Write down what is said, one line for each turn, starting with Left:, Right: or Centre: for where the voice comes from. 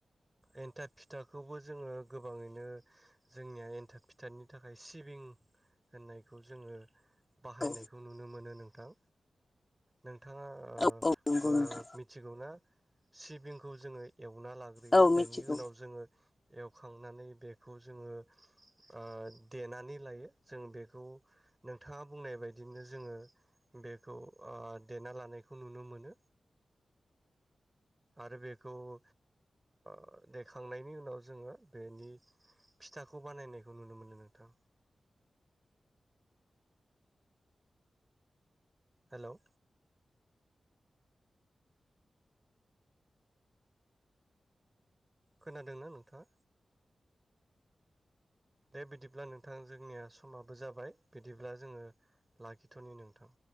Right: एन्थाब फिथाखौबो जोङो गोबाङैनो जोंनिया एन्थाब फिथानि थाखाय सिबिं होननायखौ जोङो बाहायनायखौ
Left: औ
Right: नुनो मोनो नों थां नों थाङा ओ
Left: औ औ नंगौ
Right: बो
Left: नोंथां
Right: मिथिगौ ना? सिबिंखौ जोङो एवना लाग्रोयो
Left: औ मिथिगौ
Right: नि उनाव जोङो एवखांनानै बेखौ जोङो ओ देनानै लायो जों बेखौ नोंथाङा बुंनाय बायदिनो जोङो बेखौ ओ देना लानायखौ नुनो मोनो आरो बेखौ ओ ओ देखांनायनि उनाव जोङो बेनि फिथाखौ बानायनायखौ नुनो मोनो नोंथां। हेलौ खोनादोंना नोंथां दे बिदिब्ला नोंथां जोंनिया समाबो जाबाय बिदिब्ला जोङो लाखिथनि नोंथां।